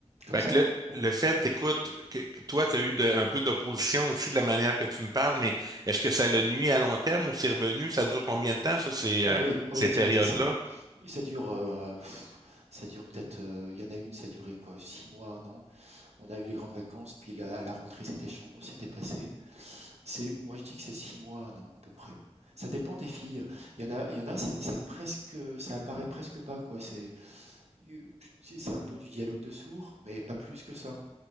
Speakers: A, on the right; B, on the right.
A: Comme
B: Fait
A: ça,
B: que le,
A: on
B: le fait,
A: on
B: écoute,
A: te
B: que, que toi, tu as eu de- un peu d'opposition aussi de la manière que tu me parles, mais est-ce que ça le nuit à long terme ou c'est revenu? Ça dure combien de temps, ça, ces,
A: ah
B: euh,
A: oui, oui,
B: ces périodes-là?
A: tu m'as dit, c'est Ça dure, heu, ça dure peut-être, heu, il y en a une, ça a duré quoi? six mois, un an. On a eu les grandes vacances, puis la- à la rentrée, c'était changé, c'était passé. C'est, moi, je dis que c'est six mois, un an, à peu près. Ça dépend des filles. Il y en a, il y en a, c'est c'est presque, ça apparaît presque pas, quoi. C'est, tu- tu sais, c'est un peu du dialogue de sourds, mais pas plus que ça.